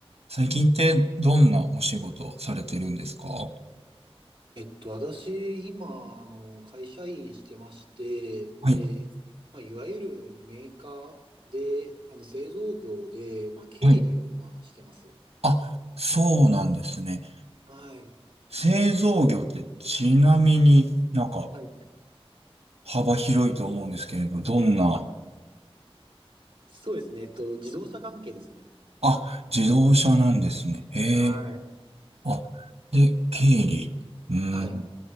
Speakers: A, on the right; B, on the right.
A: 最近ってどんなお仕事をされてるんですかは
B: えっと、私、今、あの、会社員してまして、で、
A: い。
B: まあ、いわゆるメーカーで、あの、製造業で、まあ、経理を今してます。
A: はい。あ、そうなんですね。
B: はい。
A: 製造業ってちなみになんか
B: はい。
A: 幅広いと思うんですけれど、どんな、
B: あ、そうですね。えっと、自動車関係ですね。
A: あ、自動車なんですね。へえ。
B: はい。
A: あ、で、経理。うん、
B: はい。